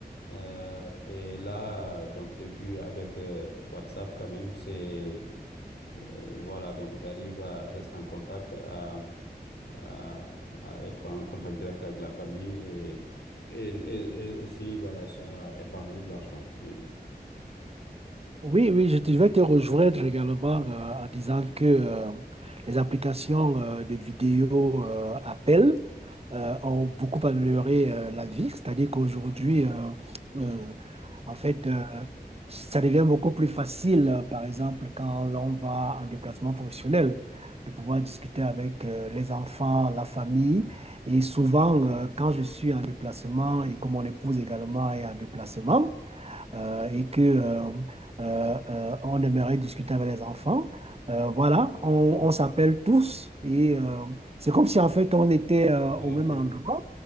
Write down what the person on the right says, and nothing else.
Oui, oui, je, te- je vais te rejoindre également euh, en disant que euh, les applications euh, de vidéo euh, appel euh, ont beaucoup amélioré euh, la vie. C'est-à-dire qu'aujourd'hui, euh, euh, en fait, euh, ça devient beaucoup plus facile, euh, par exemple, quand l'on va en déplacement professionnel, de pouvoir discuter avec euh, les enfants, la famille. Et souvent, euh, quand je suis en déplacement et que mon épouse également est en déplacement, euh, et que euh, euh, euh, on aimerait discuter avec les enfants. Euh, voilà, on, on s'appelle tous et euh, c'est comme si en fait on était euh,
au même
endroit